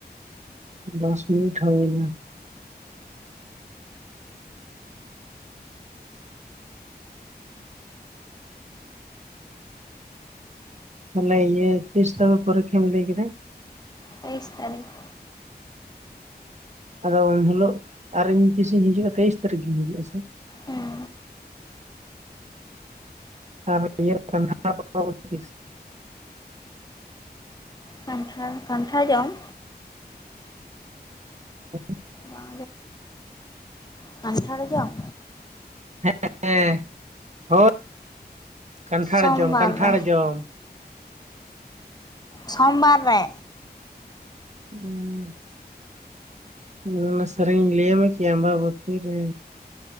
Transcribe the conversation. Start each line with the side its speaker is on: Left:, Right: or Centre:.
Right: ᱫᱚᱥ ᱢᱤᱱᱤᱴ ᱦᱩᱭᱱᱟ᱾ ᱛᱟᱦᱮᱞᱮ ᱤᱭᱟᱹ ᱛᱤᱥ ᱛᱚᱵᱮ ᱯᱚᱨᱤᱠᱷᱟ ᱞᱟᱹᱭ ᱠᱮᱫᱟ?
Left: ᱛᱟᱤᱥ ᱛᱟᱨᱤᱠᱷ
Right: ᱟᱫᱚ ᱩᱱᱦᱤᱞᱳᱜ ᱟᱨ ᱤᱧ ᱛᱤᱥ ᱤᱧ ᱦᱤᱡᱩᱜᱼᱟ ᱛᱟᱭᱤᱥ ᱛᱟᱹᱨᱤᱠᱷ ᱜᱤᱧ ᱦᱤᱡᱩᱜᱼᱥᱮ? <inaudible>
Left: ᱦᱮᱸ
Right: ᱟᱨ <inaudible>
Left: ᱠᱟᱱᱴᱷᱟᱲ, ᱠᱟᱱᱴᱷᱟᱲ ᱡᱚᱢ?
Right: ᱦᱮ
Left: ᱵᱟᱝ ᱠᱟᱱᱴᱷᱟᱲ ᱡᱚᱢ
Right: ᱦᱮᱸ ᱦᱮᱸ ᱦᱳ ᱠᱟᱱᱴᱷᱟᱲ
Left: ᱥᱳᱢᱵᱟᱨ
Right: ᱡᱚᱢ ᱠᱟᱱᱴᱷᱟᱲ
Left: ᱨᱮ
Right: ᱡᱚᱢ
Left: ᱥᱳᱢᱵᱟᱨ ᱨᱮ
Right: <unintelligible> ᱦᱩᱸ ᱚᱱᱟ ᱥᱮᱨᱮᱧ ᱤᱧ ᱞᱟᱹᱭ ᱟᱢᱟᱠᱤ ᱟᱸᱵᱟᱵᱚᱛᱤᱨᱮ